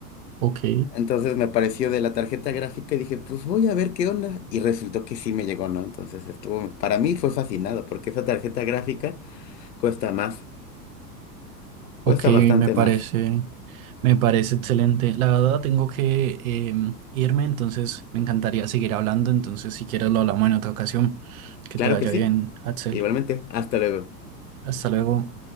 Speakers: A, on the right (about 60°); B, on the left (about 75°).
A: ok,
B: Entonces me apareció de la tarjeta gráfica y dije, pues voy a ver qué onda. Y resultó que sí me llegó, ¿no? Entonces estuvo, para mí fue fascinado porque esa tarjeta gráfica cuesta más,
A: ok,
B: cuesta bastante
A: me parece.
B: más.
A: Me parece excelente. La verdad, tengo que em, irme, entonces me encantaría seguir hablando. Entonces, si quieres, lo hablamos en otra ocasión. Que
B: Claro
A: te vaya
B: que sí.
A: bien, Axel.
B: Igualmente, hasta luego.
A: Hasta luego.